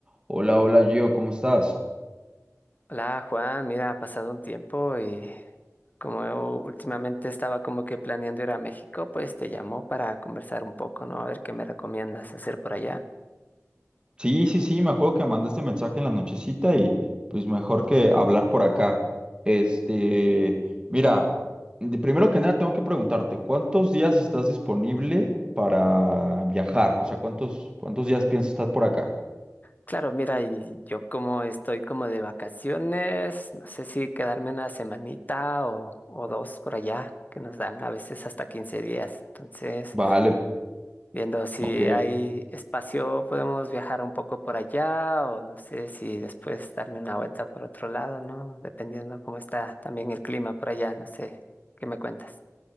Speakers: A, on the right (about 20°); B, on the left (about 35°).
A: Hola, hola Gio, ¿cómo estás?
B: Hola Juan, mira, ha pasado un tiempo y como últimamente estaba como que planeando ir a México, pues te llamo para conversar un poco, ¿no? A ver qué me recomiendas hacer por allá.
A: Sí, sí, sí, me acuerdo que me mandaste mensaje en la nochecita y pues mejor que hablar por acá. Este, mira, de- primero que nada tengo que preguntarte, ¿cuántos días estás disponible para viajar? O sea, ¿cuántos, cuántos días piensas estar por acá?
B: Claro, mira, y yo como estoy como de vacaciones, no sé si quedarme una semanita o, o dos por allá, que nos dan a veces hasta 15 días. Entonces,
A: Vale,
B: viendo si
A: ok,
B: hay espacio, podemos viajar un poco por allá o no sé si después darme una vuelta por otro lado, ¿no? Dependiendo cómo está también el clima por allá, no sé, ¿qué me cuentas?